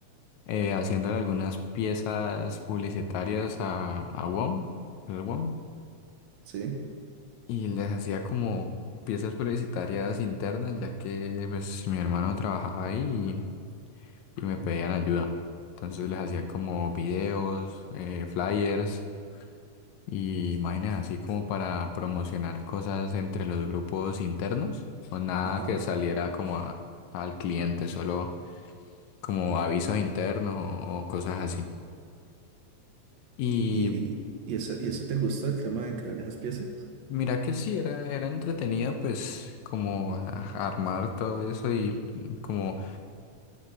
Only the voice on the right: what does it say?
Sí.
Ajá.
¿Y, y eso, y eso te gusta el tema de crear esas piezas?